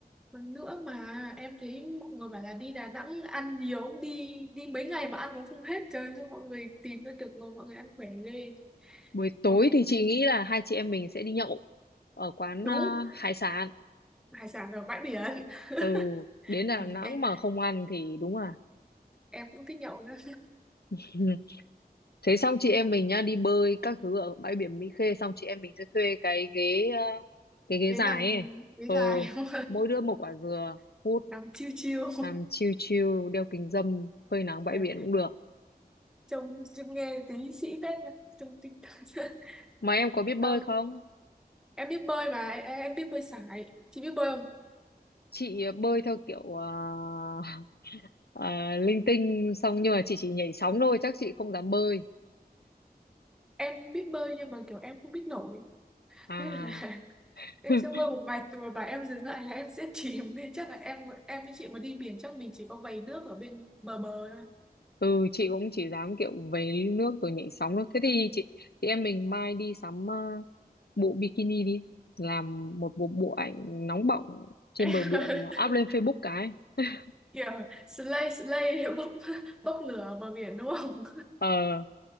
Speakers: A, in the centre; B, on the left.
A: Còn nữa mà em thấy mọi người bảo là đi Đà Nẵng ăn nhiều đi đi mấy ngày mà ăn cũng không hết trời cho mọi người tìm ra được ngồi mọi người ăn khỏe ghê
B: Buổi tối
A: mà bữa-
B: thì chị nghĩ là hai chị em mình sẽ đi nhậu ở quán
A: đúng
B: ờ, hải sản.
A: hải sản ở bãi biển <laughs>
B: Ừ, đến Đà
A: Trời,
B: Nẵng
A: em
B: mà không ăn thì đúng là
A: em cũng thích nhậu nữa
B: <laughs> thế xong chị em mình nhá đi bơi các thứ ở bãi biển Mỹ Khê xong chị em mình sẽ thuê cái ghế ờ, cái ghế
A: đến
B: dài
A: nằm
B: ấy.
A: với
B: Ừ,
A: dài không
B: mỗi đứa một quả dừa,
A: <laughs>
B: hút,
A: nằm chiêu chiêu
B: làm chill chill, đeo kính râm, phơi nắng bãi
A: Trời,
B: biển cũng được.
A: trông trông nghe tí sĩ phết nha trông tinh thần <laughs>
B: Mà em có biết bơi
A: xong
B: không?
A: em biết bơi mà em em biết bơi sải chị biết bơi không
B: Chị ờ, bơi theo kiểu ờ, <laughs> ờ, linh tinh xong nhưng mà chị chỉ nhảy sóng thôi chắc chị không dám bơi.
A: em biết bơi nhưng mà kiểu em không biết nổi <laughs>
B: À
A: nên là em
B: <laughs>
A: sẽ bơi một mạch rồi bà em dừng lại là em sẽ <laughs> chìm đi chắc là em em với chị mà đi biển chắc mình chỉ có vầy nước ở bên bờ bờ thôi
B: ừ chị cũng chỉ dám kiểu về nước rồi nhảy sóng thôi thế thì chị chị em mình mai đi sắm ờ, bộ bikini đi làm một bộ bộ ảnh nóng bỏng trên
A: <laughs>
B: bờ biển ờ, up lên Facebook cái <laughs>
A: kiểu slay slay để <laughs> bốc bốc lửa vào biển đúng không
B: ờ